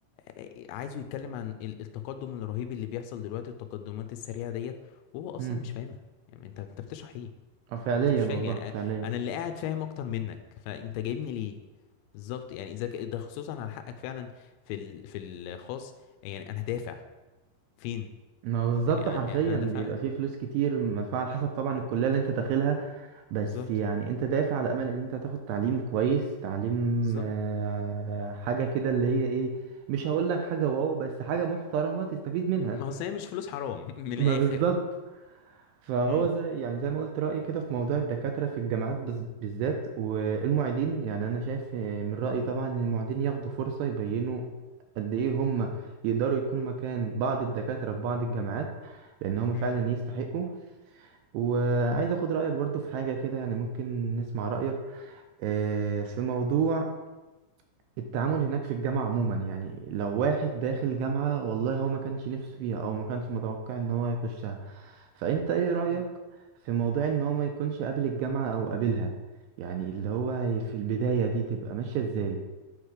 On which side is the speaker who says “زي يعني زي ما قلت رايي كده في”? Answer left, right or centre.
Right